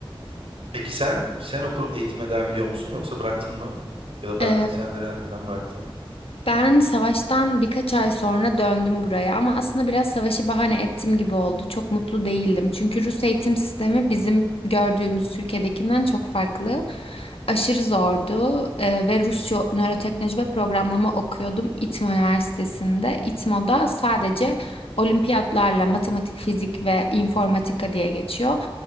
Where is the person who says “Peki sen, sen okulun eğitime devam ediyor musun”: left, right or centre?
Right